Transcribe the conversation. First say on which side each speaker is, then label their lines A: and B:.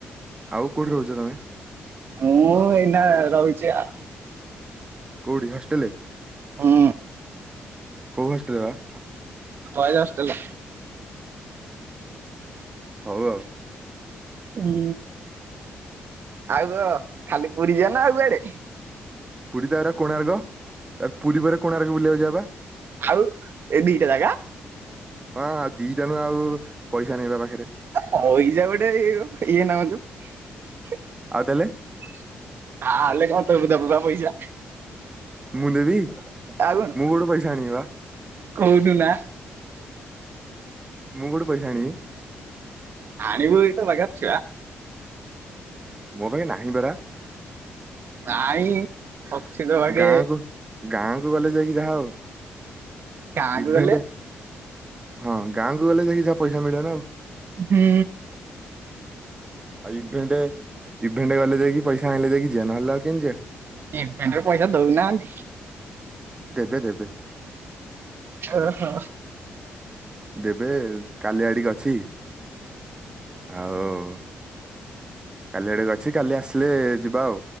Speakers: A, on the right (about 20°); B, on the right (about 55°).
A: ଆଉ କୋଉଠି ରହୁଛ ତମେ?
B: ମୁଁ ଏଇନା ରହୁଛି ଆ
A: କୋଉଠି ହଷ୍ଟେଲେ
B: ହୁଁ
A: କୋଉ ହଷ୍ଟେଲ ବା? <inaudible>
B: Boys hostel.
A: ହଉ ଆଉ।
B: ହଁ ଆଉ କ ଖାଲି ପୁରୀ ଯିଆ ନା ଆଉ କୁଆଡେ?
A: ପୁରୀ ତା ପରେ କୋଣାର୍କ। <inaudible> ପୁରୀ ପରେ କୋଣାର୍କ ବୁଲିବାକୁ ଯବା ବା।
B: ଆଉ ଏଇ ଦିଟା ଜାଗା
A: ହଁ ଆଉ ଦିଟା ନୁହଁ ଆଉ ପଇସା ନାଇବା ପାଖେରେ
B: <inaudible>
A: ଆଉ ତାହେଲେ
B: ଆଲେ କଣ ତୁ ବି ଦବୁ ବା ପଇସା।
A: ମୁଁ ଦେବି ମୁଁ
B: ଆଉ କଣ
A: କୋଉଠୁ ପଇସା ଆଣିବି ବା?
B: କୋଉଠୁ ନା
A: ମୁଁ କଉଠୁ ପଇସା ଆଣିବି।
B: ଆଣିବୁ ଏଇଠୁ ବାଗା ଛୁଆ।
A: ମୋ ପାଖେ ନାହିଁ ପରା।
B: ନାଇଁ। ଅଛି ତୋ ପାଖେ।
A: ଗାଁକୁ ଗାଁକୁ ଗଲେ ଯାଇକି ଯାହା ଆଉ।
B: ଗାଁ
A: ଇଭେଣ୍ଟ
B: କୁ ଗଲେ।
A: ହଁ ଗାଁକୁ ଗଲେ ଯାଇକି ଯାହା ପଇସା ମିଳିବ ନା ଆଉ।
B: ହୁଁ।
A: ଆଉ ଇଭେଣ୍ଟ ଇଭେଣ୍ଟ ଗଲେ ଯାଇକି ପଇସା ଆଣିଲେ ଯାଇକି ଯିଆ ନହେଲେ ଆଉ କେମିତି ଜିଆ।
B: ଇଭେଣ୍ଟେ ପଇସା ଦଉନାହାନ୍ତି।
A: ଦେବେ ଦେବେ।
B: ଓ ହୋ।
A: ଦେବେ କାଲି ଆଡିକି ଅଛି। ଆଉ। କାଲି ଆଡେ ଅଛି କାଲି ଆସିଲେ ଯିବା ଆଉ